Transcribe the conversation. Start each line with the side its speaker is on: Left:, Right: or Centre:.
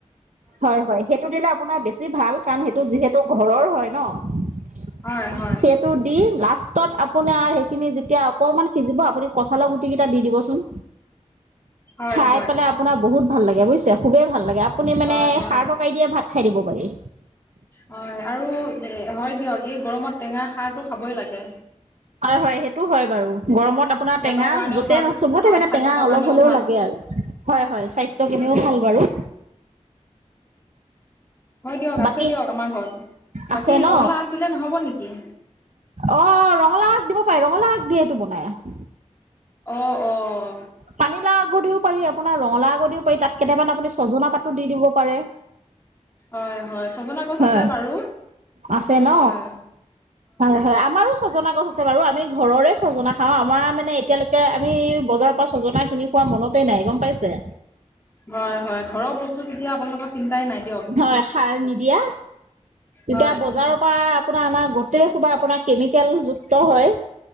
Right: হয় হয় সেইটো দিলে আপোনাৰ বেছি ভাল। সিতো যিহেতু ঘৰৰ হয় ন
Left: হয় হয়
Right: সেইটো দি লাষ্টত। আৰু সেইখিনি যেতিয়া অকণমান সিজিব আপুনি কঁঠালৰ গুটি কেইটা দি দিবচোন।
Left: হয়
Right: খাই
Left: হয়
Right: পেলাই আপোনাৰ বহুত ভাল লাগে বুজিছে খুবেই ভাল লাগে আপুনি মানে
Left: হয় হয়
Right: সাৰ টৰকাই দিয়ে ভাত খাই দিব পাৰি।
Left: হয় আৰু হয় দিয়ক এই গৰমত টেঙা সাৰটো খাবই লাগে।
Right: হয় হয় সেইটো হয় বাৰু। গৰমত আপোনাৰ
Left: পেটৰ
Right: টেঙা
Left: কাৰণেও
Right: য'তে
Left: ভাল
Right: চবতে
Left: আৰু
Right: মানে
Left: স্বাস্থ্যৰ
Right: টেঙা অলপ
Left: কাৰণেও
Right: হ'লেও
Left: ভাল
Right: লাগে আৰু। হয় হয় স্বাস্থ্য খিনিও ভাল বাৰু।
Left: হয় দিয়ক আছে
Right: বাকী
Left: দিয়ক আমাৰ ঘৰত
Right: আছে
Left: বাকী
Right: ন
Left: ৰঙালাউ আগ দিলে নহব নেকি।
Right: অ ৰঙালাউ আগ দিব পাৰি ৰঙালাউ আগ দিয়েটো বনাই।
Left: অ অ। অঁ।
Right: পানীলাও আগদিও পাৰি আপোনাৰ ৰঙালাও আগদিও পাৰি তাত কেইটামান আপুনি ছজনা পাতো দি দিব পাৰে।
Left: হয় হয় ছজনা গছ
Right: হয়।
Left: আছে বাৰু
Right: আছে ন
Left: হয়।
Right: হয় হয় আমাৰো ছজনা গছ আছে বাৰু আমি ঘৰৰে ছজনা খাওঁ আমাৰ মানে এতিয়ালৈকে আমি বজাৰ। তা ছজনা খিনি খোৱা মনতেই নাই গম পাইছে।
Left: হয়। হয়। ঘৰৰ বস্তু যেতিয়া আপোনালোকৰ চিন্তাই নাই দিয়ক।
Right: হয়। সাৰ নিদিয়া। তেতিয়া
Left: হয়
Right: বজাৰৰ পৰা আপোনাৰ আনা গোটেই খোবা, আপোনাৰ কেমিকেল যুক্ত হয়।